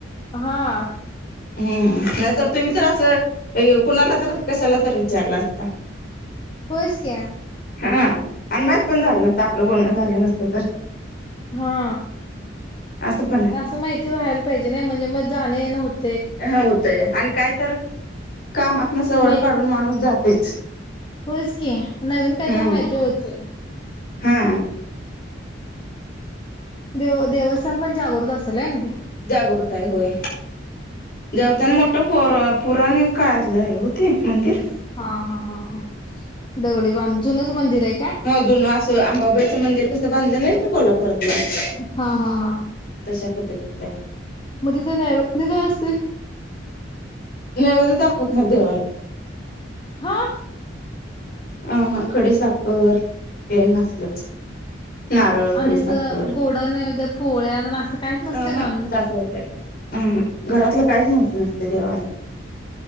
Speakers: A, on the left; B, on the left.
A: हा.
B: हम्म नाहीतर तुम्ही तर असं कुणाला तर कशाला तर विचारला असता. <unintelligible>
A: बस क्या.
B: हा आणि माहित पण झालं नसतं आपलं बोलणं झालं नसतं तर.
A: हा
B: असं पण आहे.
A: असं माहिती व्हायला पाहिजे म्हणजे मग जाण येन होत.
B: हा होतय आणि काय तर काम आपण सवड
A: माहित
B: काढून माणूस जातेच.
A: होयच की नवीन काही
B: हम्म
A: तरी माहिती होते.
B: हा.
A: देव देवस्थान पण जागृत असेलय ना ते.
B: जागृत आहे होय. देव त्याने मोठं पर पुराण काळातलं आहे हो ते मंदिर.
A: हा हा हा हा दगडी बांध जुनच मंदिर हाय काय
B: हा जून असं आंबाबाईचं मंदिर कसं बांधलेलं हाय कनय कोल्हापुरातलं
A: हा हा हा
B: तशा पद्धतीचं हाय
A: म तिथं नैवेद मधे काय असतय
B: नैवेद्य दाखवत नाहीत देवाला
A: हा
B: आहा खडी साखर तेन असलच नारळ खडी
A: आणि असं
B: साखर
A: गोडा नैवेद्य पोळ्या असं काहीच नसते
B: अह
A: नॉनव्हेज.
B: दाखवत नाहीत अह घरातलं काहीच नाहीयच नसतय देवाला